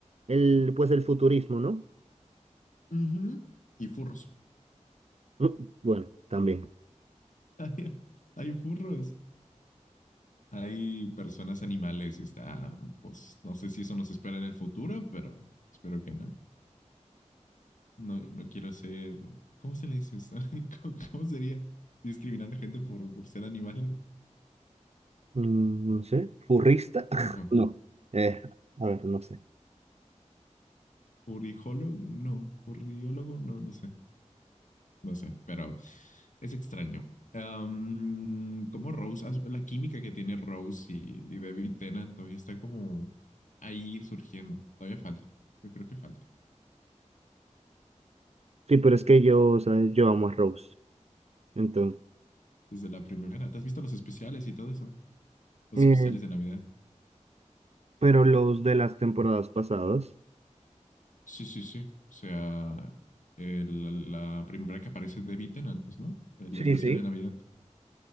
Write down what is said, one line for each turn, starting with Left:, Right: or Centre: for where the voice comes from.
Right: el, pues el futurismo, ¿no?
Left: Ujú. Y furros.
Right: Mm, Bueno, también.
Left: <laughs> Hay, hay furros. Hay personas animales. y Está, pues, no sé si eso nos espera en el futuro, pero espero que no. No, no quiero ser. ¿Cómo se le dice eso? <laughs> ¿Cómo, cómo sería? ¿Discriminar a gente por, por ser animales?
Right: Mm, no sé, furrista. <laughs>
Left: Buah.
Right: No. Eh, a ver, no sé.
Left: ¿Purijólogo? No. ¿Puriólogo? No, no sé. No sé, pero es extraño. Am, como Rose, as- la química que tiene Rose y, y David Tennant todavía está como ahí surgiendo. Todavía falta. Yo creo que falta.
Right: Sí, pero es que yo, ¿sabes? Yo amo a Rose. Entonces,
Left: Desde la primera. ¿Te has visto los especiales y todo eso? Los
Right: eh,
Left: especiales de Navidad.
Right: pero los de las temporadas pasadas.
Left: Sí, sí, sí. O sea, el- la primera que aparece es David Tennant, pues, ¿no? El
Right: Sí,
Left: especial
Right: sí.
Left: de Navidad,